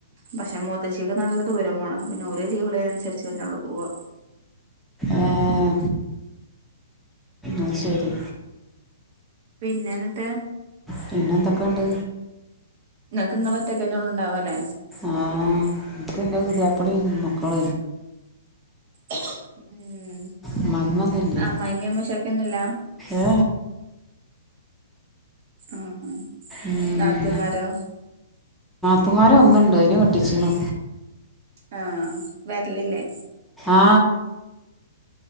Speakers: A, on the right (about 50°); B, in the centre.
A: പക്ഷെ മൂത്തച്ചിക്ക് നല്ല ദൂരം പോണം പിന്നെ ഒരു ലീവിള അനുസരിച്ച് പിന്നെോള് പോവാ
B: ആഹ ആ ശരി
A: പിന്നെ എന്നിട്ട്
B: പിന്ന എന്തൊക്കെയണ്ട്
A: നിക്കങ്ങളൊത്തൊക്കന്നെള്ള ഉണ്ടാവും അല്ലേ
B: ആഹ ഇക്ക് എന്റെ പുദ്യപ്പളി മക്കള
A: ഉം
B: ഇമ്മായിമ്മ ഒന്നുല്ല
A: ആമ്മമ്മ അമ്മശാക്കൊന്നുഇല്ല
B: ഏ
A: ആഹ
B: ഉം
A: നാതുമാരോ
B: തമാര ഒന്നുണ്ടോ അതിനന്െ കെട്ടിച്ചീണ്
A: ആഹ വരലില്ലേ
B: ആ